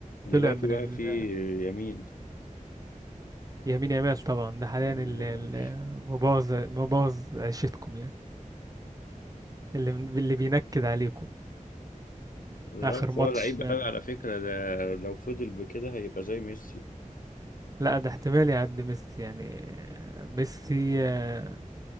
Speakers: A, on the left (about 80°); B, on the right (about 25°).
A: دلوقتي
B: طلع من
A: بقى
B: ال
A: في يمين
B: يمين يمال طبعا ده حاليا
A: <laughs>
B: ال- ال- مبوظ مبوظ عيشتكم يعني اللي اللي بينكد عليكم
A: لا،
B: آخر
A: بس
B: ماتش
A: هو لعيب قوي
B: آه،
A: على فكرة ده لو فضل بكده هيبقى زي ميسي
B: لا ده احتمال يعدي ميسي يعني آه، ميسي آه،